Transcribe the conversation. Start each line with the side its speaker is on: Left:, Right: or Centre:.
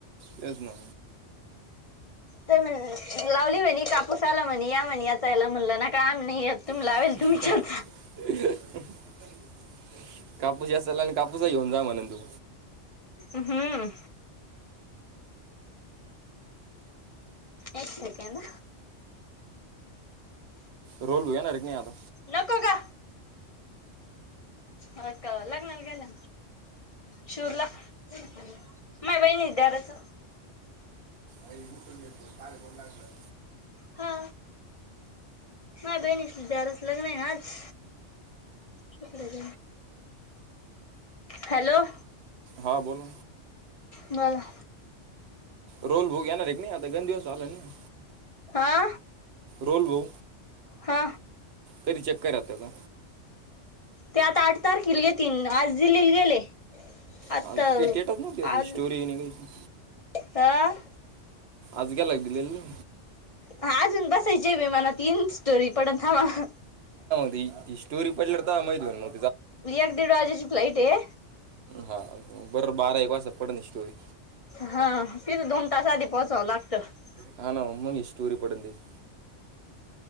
Right: तेच ना
Left: म्हण लावली म्हणे कापूस आला म्हणे या म्हणे याचायला म्हणलं ना काम नाही... तुम्ही लावेल
Right: <unintelligible>
Left: तुम्हीच याचा
Right: कापूस वेचला आणि कापूस घेऊन जा म्हणेन तू...
Left: हम्म एक सेकंड...
Right: रोल भाऊ येणार एक नाही आता
Left: नको का.. ह का लग्नाला गेल्या.... शूरला माय बहिणी दिराच...
Right: अ उठून घ फ पाल पण लागलं...
Left: हा माय बहिणीसध्या रस लग्न आहे नाच... कुक्रज हॅलो....
Right: हा बोल
Left: बोला.....
Right: रोल भोग येणार एक नाही आता गण दिवस चालाय ना...
Left: आा...
Right: रोलवो....
Left: हा....
Right: कधी चेक करा त्याचा....
Left: ते आता आठ तारखेला येतील आज दिल्लीला गेले.... आता
Right: आज काही डेटच नव्हती त्याची
Left: आज
Right: स्टोरी नाही काही
Left: ह...
Right: आज गेला काय दिली ला नेऊ.
Left: ह अजून बसायची विमानात ईल स्टोरी पडल थांबा हं.
Right: हि स्टोरी पडल तवामाहीत होईन म.
Left: एक दीड वाजेची फ्लईट हे.
Right: हा बरर बारा एक वाजता पडन स्टोरी.
Left: हा तिथं दोन तास आधी पोहोचावं लागतं
Right: हा ना ओ मग ही स्टोरी पडन त्याची.